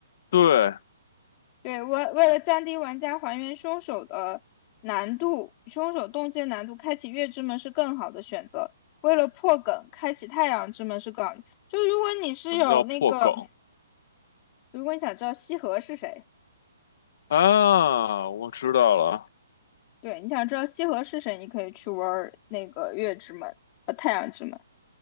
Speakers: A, on the left; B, on the left.
A: 对，
B: 对，为为了降低玩家还原凶手的难度，凶手动机的难度，开启月之门是更好的选择。为了破梗，开启太阳之门是更好的。就如果你是有那个，
A: 什么叫破梗
B: 如果你想知道西河是谁，
A: 啊？我知道了，
B: 对，你想知道西河是谁，你可以去玩那个月之门，呃，太阳之门。